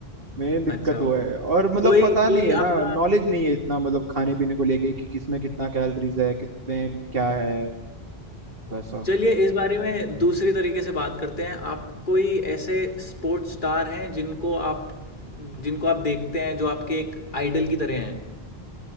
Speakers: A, on the right (about 65°); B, on the left (about 50°).
A: मेन दिक्कत
B: अच्छा
A: वो
B: ओके।
A: है और मतलब
B: कोई
A: पता नहीं
B: कोई
A: है ना
B: आपका
A: नॉलेज नहीं है इतना मतलब खाने पीने को लेके कि किसमें कितना कैलोरीज है कितने क्या है वैसा
B: चलिए इस बारे में दूसरी तरीके से बात करते हैं। आप कोई ऐसे स्पोर्ट्स स्टार हैं जिनको आप जिनको आप देखते हैं जो आपके एक आइडल की तरह हैं?